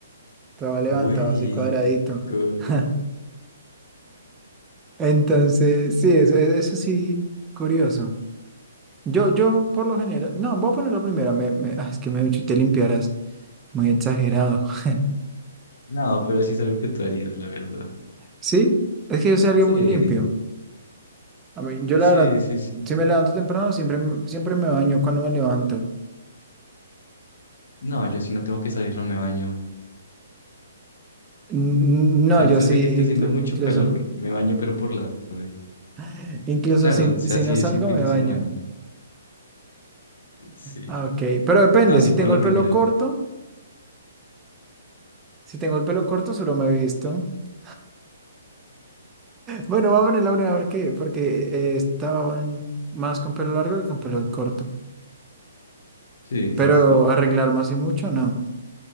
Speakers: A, on the right; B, on the left.
A: todo levantado
B: Uy,
A: así cuadradito.
B: co-
A: <laughs> Entonces, sí, eso, e- eso sí, curioso. Yo, yo por lo general, no, voy a poner la primera, me, me- ah, es que me he dicho te limpiarás, muy exagerado. <laughs>
B: no, pero sí es algo que tú harías, la verdad.
A: Sí, es que yo salí
B: Sí.
A: muy limpio. A mí, yo
B: Sí,
A: la verdad,
B: sí, sí.
A: si me levanto temprano, siempre, m- siempre me baño cuando me levanto.
B: No, yo si no tengo que salir no me baño.
A: N- No,
B: A no
A: yo
B: ser
A: sí,
B: de que esté
A: inclu-
B: haciendo mucho
A: incluso,
B: calor, me baño pero por la tarde.
A: <laughs> incluso
B: Claro,
A: si,
B: o sea,
A: si
B: sí
A: no salgo,
B: es un fin
A: me
B: de
A: baño.
B: semana. Sí.
A: Ah, ok, pero depende,
B: No, sí
A: si
B: pon
A: tengo
B: la
A: el
B: primera.
A: pelo corto,
B: <laughs>
A: si tengo el pelo corto, solo me he visto. <laughs> Bueno, voy a poner la breve porque, porque eh, estaban más con pelo largo que con pelo corto.
B: Sí,
A: Pero
B: sí, sí.
A: arreglarme así mucho, no.